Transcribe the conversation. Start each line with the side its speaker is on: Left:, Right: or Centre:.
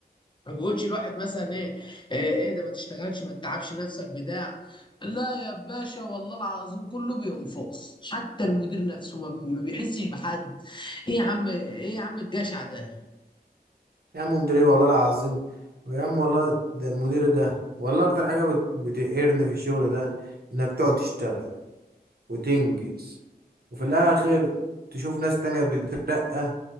Left: ما بيقولش الواحد مثلا ايه ايه, إيه ده ما تشتغلش ما تتعبش نفسك بتاع لا يا باشا والله العظيم كله بينفخ حتى المدير نفسه ما بي- ما بيحسش بحد ايه يا عم ايه يا عم الجشع ده
Right: يا عم مدير ايه والله العظيم ويا عم والله ده المدير ده والله اكتر حاجة بت- بتقهرني في الشغل ده انك تقعد تشتغل وتنجز وفي الاخر تشوف ناس تانية بتترقى